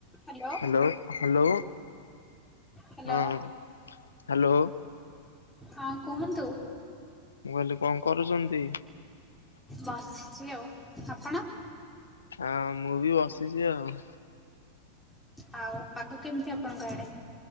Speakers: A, in the centre; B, on the left.
A: Hello.
B: Hello.
A: Hello
B: ହଁ hello
A: ହଁ କୁହନ୍ତୁ।
B: ମୁଁ କହିଲି କଣ କରୁଚନ୍ତି।
A: ବସିଚି ଆଉ ଆପଣ?
B: ହଁ ମୁଁ ବି ବସିଚି ଆଉ।
A: ଆଉ ପାଗ କେମିତି ଆପଣଙ୍କ ଆଡେ?